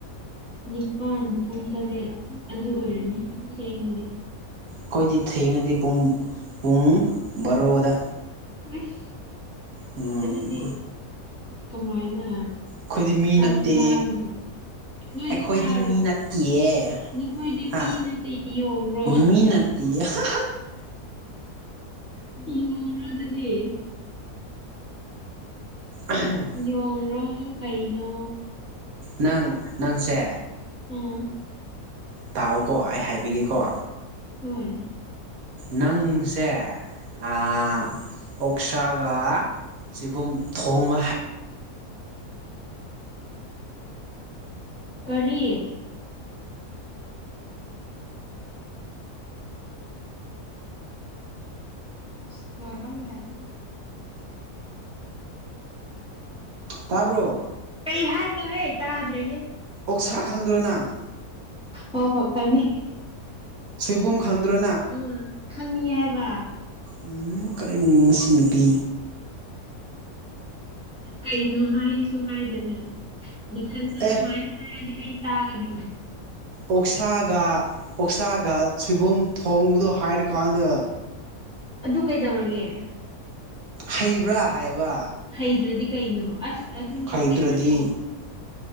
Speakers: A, in the centre; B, on the right.
A: ꯅꯤꯄꯥꯟ ꯄꯨꯡ ꯇꯔꯦꯠ ꯑꯗꯨ ꯑꯣꯏꯔꯅꯤ ꯊꯦꯡꯉꯗꯤ
B: ꯑꯈꯣꯏꯗꯤ ꯊꯦꯡꯉꯗꯤ ꯄꯨꯡ ꯄꯨꯡ ꯕꯥꯔꯣꯗ
A: ꯑꯁ
B: ꯎꯝ
A: ꯑꯗꯨꯗꯤ ꯀꯃꯥꯏꯅ
B: ꯑꯈꯣꯏꯗꯤ ꯃꯤ
A: ꯆꯥꯛ
B: ꯅꯠꯇꯦ
A: ꯂꯥꯝꯗ꯭ꯔꯣ ꯅꯣꯏꯗꯤ
B: ꯑꯩꯈꯣꯏꯗꯤ
A: ꯁꯥꯔꯣ
B: ꯃꯤ ꯅꯠꯇꯤꯌꯦ
A: ꯅꯈꯣꯏꯗꯤ
B: ꯍꯥ
A: ꯃꯤ ꯅꯠꯇꯦ ꯌꯣꯡꯔꯣ
B: ꯃꯤꯅꯠ ꯌꯥꯍꯥ
A: ꯌꯣꯡꯔꯣ ꯑꯗꯨꯗꯤ
B: ꯎꯝ
A: ꯌꯣꯡꯔꯣ ꯀꯩꯅꯣ
B: ꯅꯪ ꯅꯪꯁꯦ
A: ꯑꯥ
B: ꯇꯥꯎꯀꯣ ꯑꯩ ꯍꯥꯏꯕꯤꯒꯦꯀꯣ
A: ꯍꯣꯏ
B: ꯅꯪꯁꯦ ꯑꯥ ꯑꯣꯛꯁꯥꯒ ꯁꯤꯕꯨꯝ ꯊꯣꯡꯕ꯫
A: ꯀꯔꯤ꯫ <unintelligible>
B: ꯇꯥꯕ꯭ꯔꯣ
A: ꯀꯩ ꯍꯥꯏꯅꯣꯍꯦ ꯇꯥꯗꯔꯦꯍꯦ꯫
B: ꯑꯣꯛꯁꯥ ꯈꯪꯗꯔꯣ ꯅꯪ
A: ꯍꯣꯏ ꯍꯣꯏ ꯈꯪꯉ
B: ꯁꯣꯏꯕꯨꯝ ꯈꯪꯗ꯭ꯔꯣ
A: ꯎꯝ ꯈꯪꯉꯤ ꯍꯥꯏꯕ꯫
B: <inaudible> ꯀꯔꯤꯅꫭ ꯃꯁꯤ ꯅꯨꯄꯤ꯫
A: ꯀꯩꯅꯣ ꯍꯥꯏꯁꯨ ꯍꯥꯏꯗꯅ꯫ ꯃꯊꯟꯗ ꯑꯗꯨꯃꯥꯏꯅ
B: ꯑꯦ
A: ꯍꯥꯏꯔꯗꯤ ꯑꯩ ꯇꯥꯒꯗ꯭ꯔꯣ꯫
B: ꯑꯣꯛꯁꯥꯒ ꯑꯣꯛꯁꯥꯒ ꯁꯣꯏꯕꯨꯝ ꯊꯣꯡꯕꯗꯣ ꯍꯥꯏꯔꯀꯥꯟꯗ꯫
A: ꯑꯗꯨ ꯀꯩꯗꯧꯔꯒꯦ ꯫
B: ꯈꯩꯕꯔꯥ ꯍꯥꯏꯕꯥ꯫
A: ꯍꯩꯗ꯭ꯔꯗꯤ ꯀꯩꯅꯣ ꯑꯁ ꯑꯗꯨ
B: ꯍꯩꯇ꯭ꯔꯗꯤ
A: ꯑꯩꯅ ꯊꯣꯡꯉ